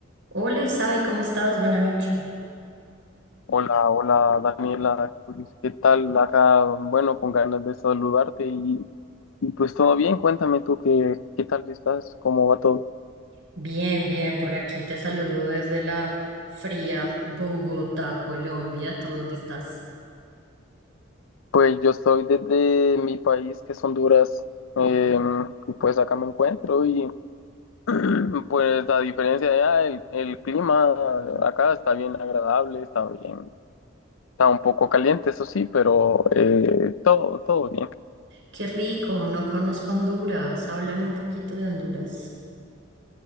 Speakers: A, on the right; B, on the left.
A: Hola Isai, ¿cómo estás? Buenas noches.
B: Hola, hola Daniela, pues, ¿qué tal? Acá, bueno, con ganas de saludarte y, y pues todo bien, cuéntame tú qué, qué tal estás, cómo va todo.
A: Bien, bien, por aquí te saludo desde la fría Bogotá, Colombia. ¿Tú dónde estás?
B: Pues yo estoy desde mi país, que es Honduras, eh, y pues acá me encuentro y <clears throat> pues a diferencia de allá, el, el clima acá está bien agradable, está bien, está un poco caliente, eso sí, pero eh, todo, todo bien.
A: Qué rico, no conozco Honduras. Háblame un poquito de Honduras.